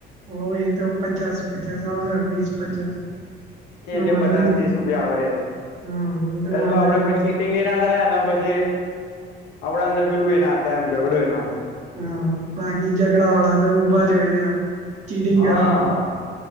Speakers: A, on the right; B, on the left.
A: હો એ તો પચાસ પચાસ આવશે વીસ પચાસ.
B: એ જે
A: વાંધો
B: પચાસ
A: નહી
B: ત્રીસ રૂપિયા આવે.
A: હા એ
B: એટલે
A: તો વાંધો
B: શું આપડે
A: નહી
B: સીટિંગ એ ના થાય અને પછી આપડા અંદર પીલું એ ના થાય એમ. જગડો ય ના થાયે
A: હા બાકી ઝઘડા વાળા તો ઉભા જ હોયે જ ચીટિંગ
B: હા
A: કરવા.